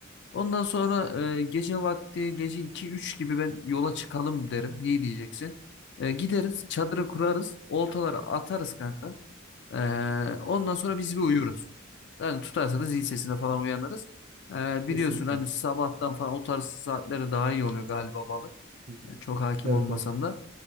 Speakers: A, on the left (about 60°); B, on the right (about 40°).
A: Ondan sonra e, gece vakti gece iki üç gibi ben yola çıkalım derim. Niye diyeceksin? E, gideriz çadırı kurarız. Oltaları atarız kanka. Ee, ondan sonra biz bir uyuruz. Yani tutarsa da zil sesine falan uyanırız. Ee, biliyorsun
B: Kesinlikle.
A: hani sabahtan falan o tarz saatlere daha iyi oluyor galiba balık.
B: Hı hı.
A: Ya çok hakim
B: Evet
A: olmasam
B: evet
A: da.